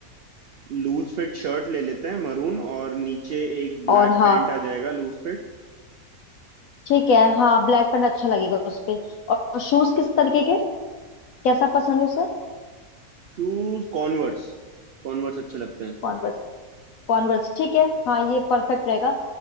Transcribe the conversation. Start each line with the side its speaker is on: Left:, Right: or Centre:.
Right: लूज फिट शर्ट ले लेते हैं मरून और नीचे एक ब्लैक
Left: और हाँ
Right: पैंट आ जाएगा loose fit
Left: ठीक है हाँ ब्लैक पैंट अच्छा लगेगा उस पे और शूज किस तरीके के कैसा पसंद है उसे
Right: Shoes Converse Converse अच्छे लगते हैं
Left: कॉन्वर्स कॉन्वर्स ठीक है हाँ ये परफेक्ट रहेगा